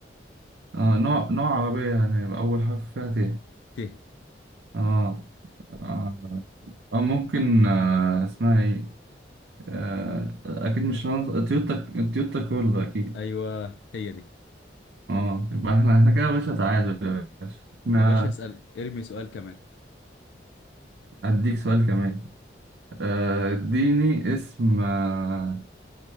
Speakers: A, on the right; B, on the left.
A: آه نوع نوع عربية يعني يبقى أول حرف فيها ت
B: ت
A: آه آه, آه ممكن آه اسمها إيه؟ آه أكيد مش لانس... تويوتا تويوتا كرولا أكيد
B: أيوة هي دي
A: آه يبقى إحنا إحنا كده يا باشا تعادل يا باشا إحنا
B: يا باشا اسأل ارمي سؤال كمان
A: أديك سؤال كمان آه، اديني اسم آه